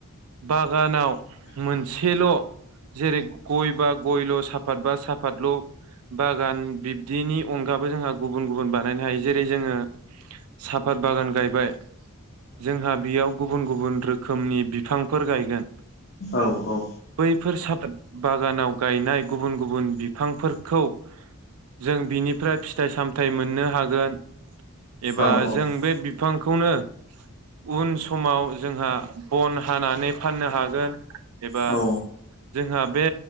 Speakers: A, on the right; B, on the left.
A: बागानाव मोनसेल जेरै गय बा गयल साफाद बा साफादल बागान बिब्दिनि अनगाबो जोंहा गुबुन गुबुन बानायनो हायो जेरै जोङो साफत बागान गायबाय जोंहा बेयाव गुबुन गुबुन रोखोमनि बिफांफोर गायगोन
B: औ औ
A: बेफोर स बागानाव गायनाय गुबुन गुबुन बिफांफोरखौ जों बिनिफ्राय फिथाइ सामथायाइ मोननो हागोन एबा
B: औ
A: जों बे बिफांखौनो उन समाव जोंहा बन हानानै फाननो हागोन एबा
B: औ
A: जोंहा बे